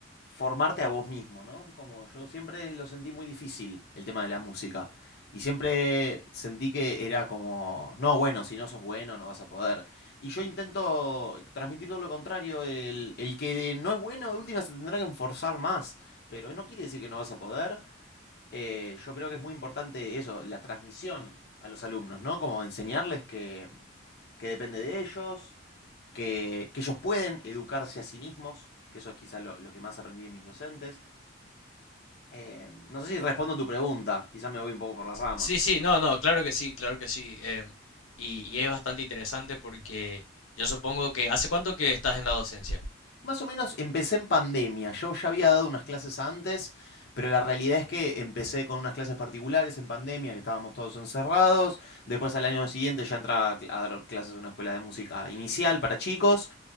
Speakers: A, on the left (about 50°); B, on the left (about 85°).
A: formarte a vos mismo, ¿no? Como yo siempre lo sentí muy difícil el tema de la música. Y siempre sentí que era como, no, bueno, si no sos bueno, no vas a poder. Y yo intento transmitir todo lo contrario, el, el que no es bueno de última se tendrá que enforzar más, pero no quiere decir que no vas a poder. Eh, yo creo que es muy importante eso, la transmisión a los alumnos, ¿no? Como enseñarles que, que depende de ellos, que, que ellos pueden educarse a sí mismos, que eso es quizá lo, lo que más aprendí de mis docentes. Eh, no sé si respondo a tu pregunta, quizá me voy un poco por las ramas.
B: Sí, sí, no, no, claro que sí, claro que sí. em, y, y es bastante interesante porque yo supongo que... ¿Hace cuánto que estás en la docencia?
A: Más o menos empecé en pandemia. Yo ya había dado unas clases antes, pero la realidad es que empecé con unas clases particulares en pandemia, que estábamos todos encerrados. Después al año siguiente ya entraba a dar clases en una escuela de música inicial para chicos.